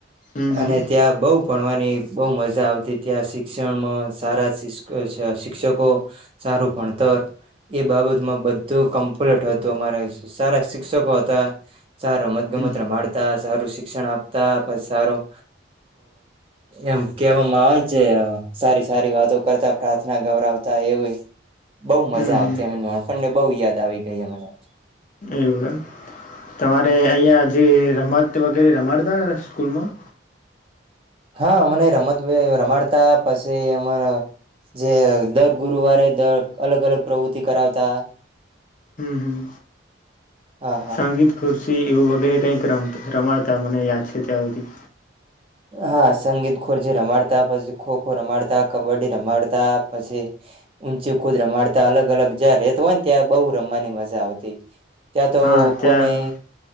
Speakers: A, on the left (about 40°); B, on the right (about 30°).
A: હમ હમ
B: અને ત્યાં બઉ ભણવાની. બહ મજા આવતી ત્યાં શિક્ષણમાં સારા શિક્ષકો સારું ભણતર. એ બાબતમાં બધું કમ્પ્લેટ હત તો અમારે સારા શિક્ષકો હતા. સાર ર મત્ ગમત
A: હમ
B: ર માતા સારું શિક્ષણ આપતા પછી સારું એમ કહેવામાં આવે છે સારી સારી વાતો કરતા પ્રાર્થના ગૌરાવતા એવી બઉ મજા
A: હમ હમ
B: આવતી. પણને બહુ યાદ આવી ગઈ મને.
A: એવુંગ તમારે અહિયાં જ મ વગેરે એરા માદા સ્કૂલમાં
B: હા અમને રમત વે રમાડતા પછી એમાં જે દર ગુરુવારે દર અલગ અલગ પ્રવૃતિ કરાવતા.
A: હમ્મ
B: હા હા
A: સંગીત ખુરશ તી એવું વગેરે કંઈક રમ રમાડતા મને યાદ છે ત્યાર થી.
B: હા સંગીત ખુરશી રમાડતા પછી ખોખો રમાડતા કબડ્ડી રમાડતા પછી ઊંચી કુદ રમાડતા અલગ- અલગ જ્યાં રેત હોય ને ત્યાં બહુ રમવાની મજા આવતી. ત્યાં તો
A: હા
B: <unintelligible>
A: ત્યાં
B: ને